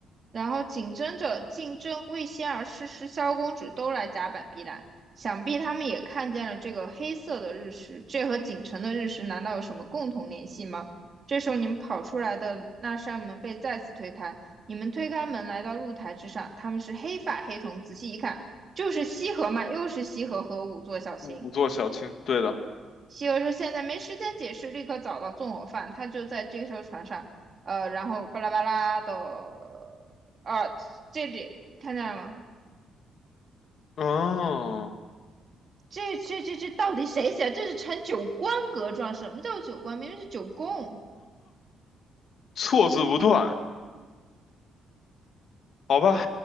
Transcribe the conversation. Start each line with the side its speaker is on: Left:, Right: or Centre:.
Right: 然后竞争者竞争魏仙儿、诗诗、萧公子都来甲板避难，想必他们也看见了这个黑色的日食，这和锦城的日食难道有什么共同联系吗？这时候你们跑出来的那扇门被再次推开，你们推开门来到露台之上，他们是黑发黑瞳，仔细一看就是西河嘛，又是西河和仵作小新。
Left: 五座小青，对的，
Right: 西游说：“现在没时间解释，立刻找到纵火犯，他就在这艘船上，呃，然后巴拉巴拉的，啊，这里看见了吗？
Left: 嗯，
Right: 这这这这到底谁写？这是陈九官格状？什么叫九官？明明是九宫。
Left: 错字不断。好吧，